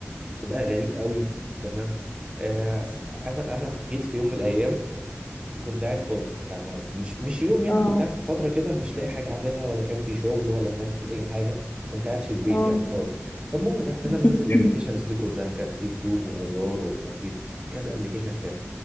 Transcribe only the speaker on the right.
بقى غريب قوي تمام آه انا انا جيت في يوم من الايام وكنت قاعد فاضي انا مش مش يوم يعني
كنت قاعد في فتره كده مش لاقي حاجه اعملها ولا كان في شغل ولا كان في اي حاجه كنت قاعد في البيت
يعني فاضي فالمهم رحت انا
منزل الابلكيشنز دي كلها كانت يوتيوب وازار ومش عارف ايه كذا ابلكيشن كان